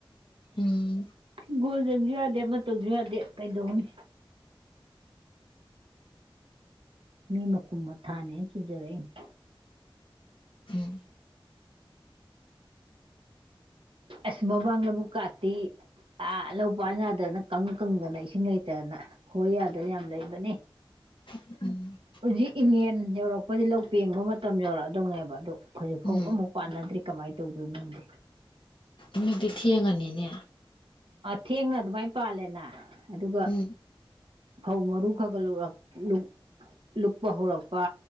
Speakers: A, on the left; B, on the right.
A: ꯎꯝ
B: ꯍꯤꯡꯒꯣꯜ ꯌꯦꯡꯕꯖꯨ ꯌꯥꯗꯦ ꯑꯃ ꯇꯧꯕꯁꯨ ꯌꯥꯗꯦ ꯀꯩꯗꯧꯅꯤ꯫ ꯃꯤ ꯃꯀꯨꯝ ꯃꯊꯥꯅꯦꯅ ꯆꯨꯖꯔꯛꯏꯅꯤ꯫
A: ꯎꯝ
B: ꯑꯁ ꯃꯃꯥꯡꯕ ꯂꯕꯨꯛ ꯀꯥꯇꯤ ꯑꯥ ꯂꯧ ꯄꯥꯟ ꯌꯥꯗꯅ ꯀꯪ ꯀꯪꯗꯅ ꯏꯁꯤꯡ ꯍꯩꯇꯗꯅ ꯈꯣꯏ ꯌꯥꯗꯅ ꯌꯥꯝ ꯂꯩꯔꯝꯕꯅꯤ꯫
A: <unintelligible> ꯎꯝ꯫
B: ꯍꯧꯖꯤꯛ ꯏꯉꯦꯟ ꯌꯧꯔꯛꯄꯗꯤ ꯂꯧ ꯄꯦꯡꯕ ꯃꯇꯝ ꯌꯧꯔꯛꯑꯗꯧꯅꯦꯕ ꯑꯗꯣ ꯍꯧꯖꯤꯛꯐꯥꯎ
A: ꯎꯝ
B: ꯑꯃꯕꯧ ꯄꯥꯟꯅꯗ꯭ꯔꯔꯤ ꯀꯃꯥꯏꯅ ꯇꯧꯗꯣꯏ ꯅꯣ ꯈꯡꯗꯦ꯫
A: ꯑꯗꯨꯗꯤ ꯊꯦꯡꯉꯅꯤꯅꯦ꯫
B: ꯑ ꯊꯦꯡꯅ ꯑꯗꯨꯃꯥꯏꯅ ꯄꯥꯜꯂꯦꯅ ꯑꯗꯨꯒ
A: ꯎꯝ
B: ꯐꯧ ꯃꯔꯨ ꯈꯔꯒ ꯂꯨ ꯂꯨꯞꯄ ꯍꯧꯔꯛꯄ